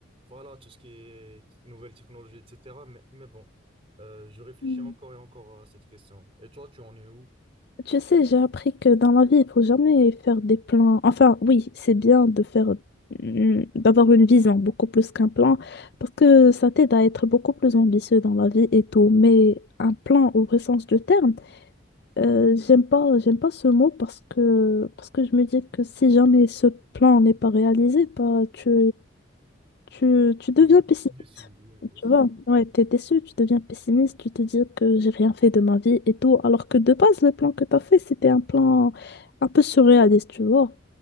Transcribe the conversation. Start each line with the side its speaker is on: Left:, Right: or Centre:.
Right: voilà, tout ce qui est nouvelles technologies, etc. Mais, mais bon, euh, je réfléchis
Left: Mm.
Right: encore et encore à cette question. Et toi, tu en es où?
Left: Tu sais, j'ai appris que dans la vie, il faut jamais faire des plans. Enfin, oui, c'est bien de faire, mm, d'avoir une vision beaucoup plus qu'un plan, parce que ça t'aide à être beaucoup plus ambitieux dans la vie et tout. Mais un plan, au vrai sens du terme, euh, j'aime pas, j'aime pas ce mot parce que, parce que je me dis que si jamais ce plan n'est pas réalisé, bah, tu, tu, tu deviens
Right: Je reste
Left: pessimiste
Right: sur- ouais, ouais,
Left: Tu
Right: c'est
Left: vois,
Right: vrai.
Left: ouais, t'es déçu, tu deviens pessimiste, tu te dis que j'ai rien fait de ma vie et tout, alors que de base, le plan que t'as fait, c'était un plan un peu surréaliste, tu vois.